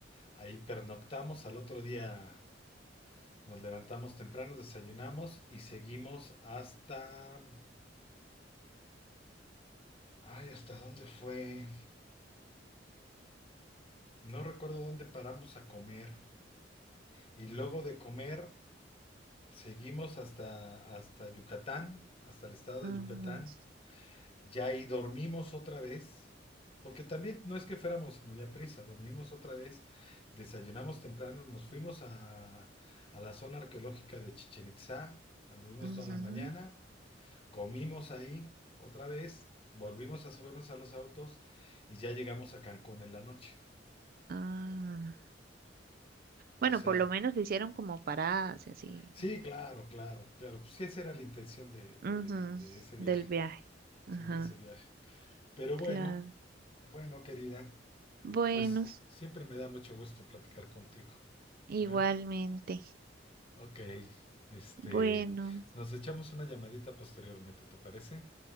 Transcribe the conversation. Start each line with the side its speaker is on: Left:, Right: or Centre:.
Left: Ahí pernoctamos, al otro día Nos levantamos temprano, desayunamos y seguimos hasta... Ay, ¿hasta dónde fue? No recuerdo dónde paramos a comer. Y luego de comer, seguimos hasta, hasta Yucatán, hasta el estado
Right: ujú,
Left: de Yucatán. Ya ahí dormimos otra vez, porque también no es que fuéramos muy a prisa, dormimos otra vez, desayunamos temprano, nos fuimos a, a la zona arqueológica de Chichén Itzá, anduvimos
Right: ujú,
Left: toda la mañana Comimos ahí otra vez, volvimos a subirnos a los autos y ya llegamos a Cancún en la noche.
Right: Ah.
Left: O
Right: Bueno,
Left: sea,
Right: por lo menos hicieron como paradas y así.
Left: sí, claro, claro, claro. Pues sí, esa era la intención de, de,
Right: ujú,
Left: de ese viaje,
Right: del viaje. Ajá,
Left: sí, de ese viaje. Pero
Right: claro.
Left: bueno, bueno, querida,
Right: Bueno,
Left: pues siempre me da mucho gusto platicar contigo.
Right: igualmente.
Left: ¿eh? Ok, este,
Right: Bueno,
Left: nos echamos una llamadita posteriormente, ¿te parece?